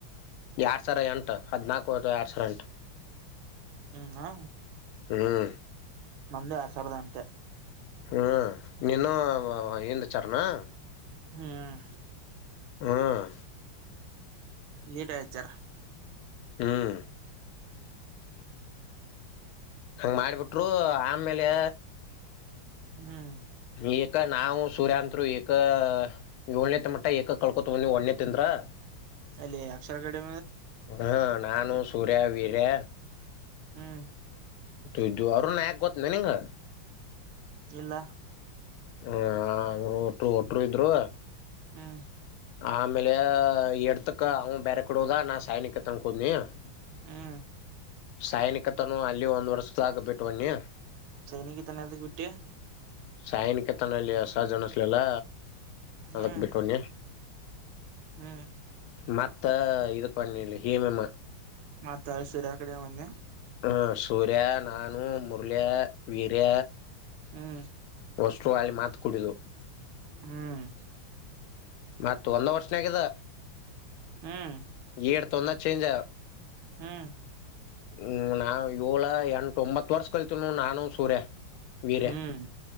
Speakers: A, on the left (about 80°); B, on the right (about 80°).
A: ಎರಡ್ ಸಾವಿರ ಎಂಟು ಹದ್ನಾಕು ಅದು ಎರಡ್ ಸಾವಿರ ಎಂಟ.
B: ಹ್ಮ್ ಹ.
A: ಹ್ಮ್.
B: ನಂದು ಎರಡ್ ಸಾವಿರದ ಎಂಟೆ.
A: ಹ್ಮ ನೀನ್ನು ಹಿಂದ ಹಾಚ್ಚರ ಏನ್.
B: ಹ್ಮ್.
A: ಹ್ಮ್.
B: ಲೇಟಾಗಿ ಹಚ್ಚರ.
A: ಹ್ಮ್. ಹಂಗ ಮಾಡಿಬಿಟ್ರು ಆಮ್ಮೇಲೆ.
B: ಹ್ಮ್.
A: ಏಕ ನಾವು ಸೂರ್ಯ ಅತ್ರು ಈಏಕ ಏಳನೇ ತ ಮಟ ಏಕ ಕಲ್ಕೋತಾ ಬಂದು ಒನಂತೆ ಇಂದ್ರ. ಹಾ.
B: ಅಲ್ಲಿ ಅಕ್ಷರ ಕಡೆ.
A: ಹ್ಮ ನಾನು ಸೂರ್ಯ ವೀರ್ಯ.
B: ಹ್ಮ್.
A: ಇದು ಅವರು ನು ನ್ಯಾಕ ಗೊತ್ತಲ್ಲ ನಿಂಗ.
B: ಇಲ್ಲ.
A: ಹ ಒಟ್ಟ ಒಟ್ರು ಇದ್ರು.
B: ಹ್ಮ.
A: ಆಮೇಲೆ ಎಡ್ತಕ್ಕ ಅವ ಬೇರೆ ಕೊಡುಲ್ಲಾ ನಾ ಸೈನಿಕ ತನ ಕೊ <unintelligible>
B: ಹ್ಮ್
A: ಸೈನಿಕತನು ಅಲ್ಲಿ ಒಂದ್ ವರ್ಷದಾಗ ಬಿಟ್ಟಬಣಿ
B: ಸೈನಿಗೆ ಇ ತನಕ ಬಿಟ್ಟಿಯ
A: ಸಾಯನಿಕತನಲ್ಲಿ ಸಹಜ ಅಂಸ್ಲಿಲ್ಲ
B: ಹ್ಮ್
A: ಅದಕ್ ಬಿಟ್ಟವಣಿ
B: ಹ್ಮ್
A: ಮತ್ತ ಇದು ಪನ್ನಿಲ್ಲ ಹೇಮಮ್ಮ
B: ಮಾತ್ತ ಅಲ್ಲಿ ಸಿರಾ ಕಡೆ ಬನ್ನೆ
A: ಹ ಸೂರ್ಯ ನಾನು ಮುರಳಿ ವೀರ್ಯ
B: ಹ್ಮ್
A: ವಷ್ಟರು ಅಲ್ಲಿ ಮಾತು ಕುಡಿದು
B: ಹ್ಮ್
A: ಮತ್ತ ಒಂದ ವರ್ಷನಗ ಇದು
B: ಹ್ಮ್
A: ಏಡ್ ತೊಂದತ್ತು ಚೇಂಜ
B: ಹ್ಮ್
A: ಹ್ಮ್ ನಾವ ಏಳ ಎಂಟ ಒಂಬತ್ತು ವರ್ಷ ಕಾಲ್ತೀವಿ ನಾನು ಸೂರ್ಯ ವೀರ್ಯ
B: ಹ್ಮ್